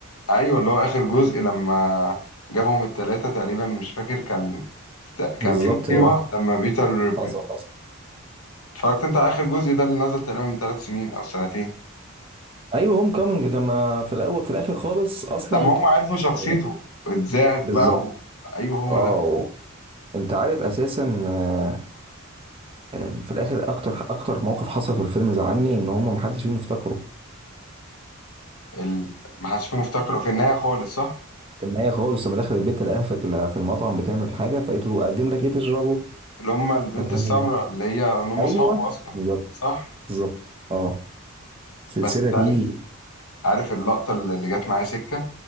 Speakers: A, on the left (about 80°); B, on the right (about 25°).
A: ايوه اللي هو اخر جزء لما جابهم التلاته تقريبا مش فاكر كان
B: بالظبط
A: كان في مصيبه
B: اه
A: لما بيتر
B: حصل
A: اتفرجت انت على اخر جزء ده اللي نزل تقريبا من ثلاث سنين او سنتين
B: ايوه هوم كامنج لما في الاول في الاخر خالص اصلا
A: لما هم عرفوا شخصيته
B: إيه،
A: واتذاعت
B: بالظبط
A: بقى و... ايوه هو
B: اه
A: ده
B: انت عارف اساسا آه، آه، في الاخر اكتر اكتر موقف حصل في الفيلم زعلني ان هم محدش فيهم افتكره
A: ال... ما حدش فيهم افتكره في النهايه خالص صح
B: في النهايه خالص لما دخل البيت لقاها في ال- في المطعم بتعمل حاجه فقالت له اقدم لك ايه تشربه
A: اللي هم البنت
B: فتلاقي
A: السمراء اللي هي اللي هم
B: ايوه
A: اصحابه اصلا
B: بالظبط
A: صح
B: بالظبط اه السلسله
A: بس تعرف
B: دي
A: عارف اللقطه اللي اللي جت معايا سكه